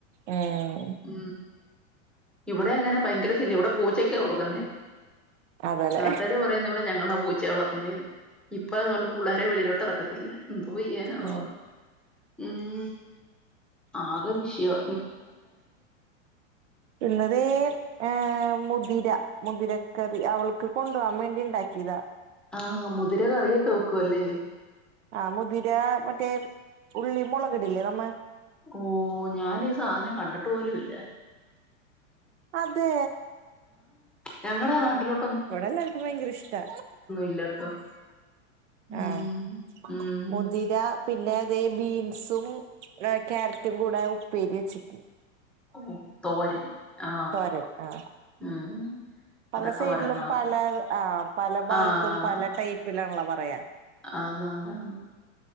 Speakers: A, on the right; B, in the centre.
A: ഉം
B: ഉ ഇവിടെ അങ്ങനെ ഭയങ്കര ശല്യ ഇവിടെ പൂച്ചക്കെ കൊടുക്കുന്നേ
A: അതേല്ലേ
B: നാട്ടാര് ഇടെ ഞങ്ങളുടെ പച്ച വളത്ത ന്നെന്ന്. ഇപ്പൊ അതുകൊണ്ട് പുള്ളേരെ വെളിലോട്ട് ഇറക്കത്തില്ല. ഉം പോയി എ ഹൊ
A: ഉം
B: ഹൊ ഉം ആകെ വി ഷ്യോ
A: പിന്ന തേ ഏ മു മുതിര മുതിരക്കറി അവൾക്ക് കൊണ്ടു പോകാൻ വേണ്ടി ഇണ്ടാക്കിതാ
B: ആ മുതിര കറിയൊക്കെ വെക്കുവ അല്ലേ
A: ആ മുതി ഇതാ മറ്റേ ഉള്ളി മുളകിടില്ലേ നമ്മ
B: ഓ ഞാനീ സാധനം കണ്ടിട്ട് പോലുല്ല
A: അതെ
B: ഞങ്ങടെ നട്ടിലോ
A: അവിടെല്ലർക്കും ഭയങ്കര ഇഷ്ടാ
B: ഇല്ലാട്ടോ ഉം
A: ആഹ്
B: ഉം
A: മുതിര പിന്നെ അതെ ബീൻസും ക്യാരറ്റും കൂടെ ഉപ്പേരി വെച്ചിട്
B: ഓ തോരൻ ആ
A: തോരൻ ആ
B: ഉം ഇവിടെ
A: പല സൈഡിലും
B: തോരൻ എന്നാ പറയുന്നെ
A: പല ആഹ് പല ഭാഗത്തും
B: ആഹ്
A: പല ടൈപ്പിലാണുള്ള പയ
B: ആന്ന് ആന്ന്